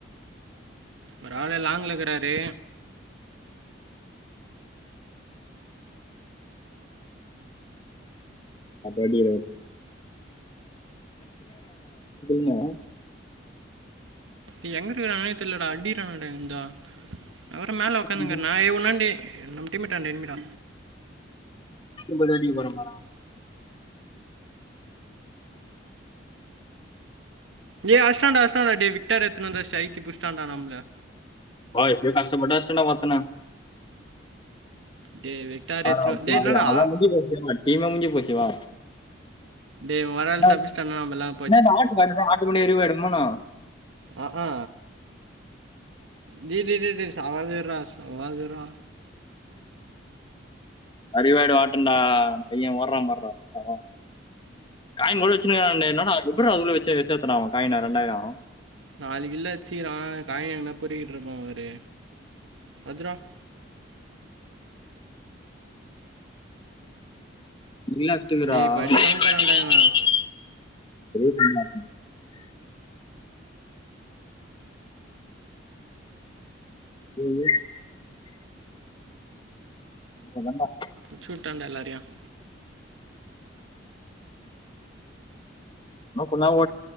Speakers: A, on the right (about 90°); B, on the left (about 25°).
A: ஒரு ஆளு லாங்கல இருக்கறாரு
B: அப்ப அடி <unintelligible>
A: ஏ எங்குட்டு இருக்காங்கன்னே தெரில டா அடிக்குறாங்க டா எங்கிருந்தோ அவரு மேல உக்காந்து
B: பிள்ளைன்னு
A: இங்க நா எ உன்னாண்டே நம்ம டீம் மேட் அன்ட எனிமிடா
B: உங்கள அடிக்க போறே பாரே
A: டே அடிச்டாண்டா அடிச்டாண்டா டே விக்டர் எடுத்துட்டு வந்து சைத்தி புடிச்டாண்டா நம்பள
B: பா எப்படியோ கஷ்டப்பட்டு அசிஸ்டன்டா ஒர்த்தன
A: டே விக்டார்
B: அட
A: எத்தனை
B: பாவி
A: டே என்னடா
B: அவ்ளதா முடிஞ்சு போச்சு நம்ப டீமே முடிஞ்சு போச்சு வா
A: டே ஒரு ஆள்
B: நா
A: தப்பிச்சிட்டானா நம்ம எல்லாம்
B: என்ன இந்த ஹார்ட் காட்டுது ஹார்ட்க்கு <unintelligible>
A: அ ஆ டே டே டே டே சாவாது இரா சாவாது இரா
B: அறிவாயிடு ஒட்டம்டா பைய ஓடுறா பாருடா <unintelligible> காயின் <unintelligible> வச்சிருக்கான் டா என்னா டா எப்றா அதுக்குள்ள வச்சு சேத்தா டா அவன் காயின் ரெண்டாயிரம்
A: நாலு கிலோ வச்சுக்கிறான் காயினா எங்கனா பொரிகிட்டு இருப்பான் பாரு பத்ரோம்
B: <unintelligible>
A: டேய் இப்போ அடி வாங்க போகிறான்டா இவன்
B: உ ஏ இப்ப தான்டா
A: முடிச்சுட்டாண்டா எல்லாரையும்
B: நோ பண்ணாலும் ஓ